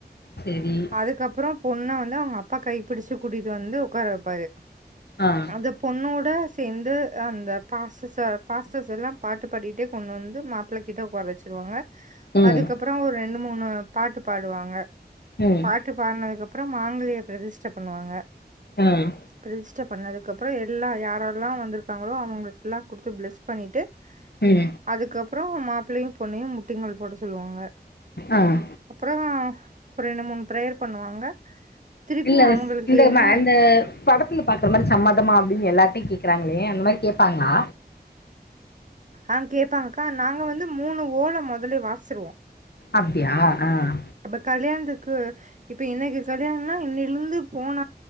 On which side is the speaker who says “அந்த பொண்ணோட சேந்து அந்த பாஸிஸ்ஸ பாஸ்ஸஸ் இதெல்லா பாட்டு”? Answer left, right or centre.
Right